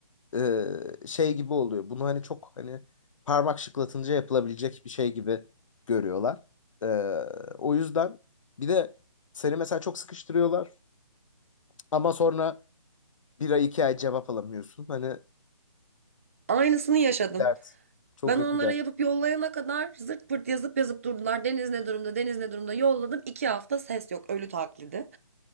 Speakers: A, on the left; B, on the right.
A: e, şey gibi oluyor. Bunu hani çok hani parmak şıklatınca yapılabilecek bir şey gibi görüyorlar. Ee, o yüzden bir de seni mesela çok sıkıştırıyorlar ama sonra bir ay iki ay cevap alamıyorsun. Hani
B: aynısını yaşadım.
A: dert çok
B: Ben
A: büyük
B: onlara
A: bir dert.
B: yapıp yollayana kadar zırt pırt yazıp yazıp durdular. Deniz ne durumda, Deniz ne durumda yolladım. İki hafta ses yok, ölü taklidi.